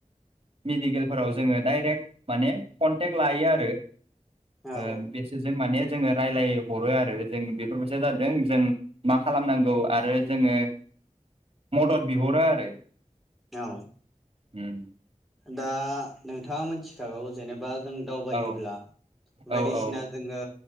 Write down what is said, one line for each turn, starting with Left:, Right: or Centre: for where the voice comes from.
Right: मेडिकेलफोराव जोङो डायरेक्ट माने कनटेक्ट लायो आरो
Centre: औ
Right: ओ बेसोरजों माने जोङो रायजलायहरो आरो जों बेफोरबायसो जादों जों मा खालामनांगौ आरो जोङो मदद बिहरो आरो
Centre: औ
Right: उम
Centre: दा नोंथाङा मिथिखागौ जेनेबा जों दावबायोब्ला
Right: औ औ
Centre: बायदिसिना
Right: औ
Centre: जोङो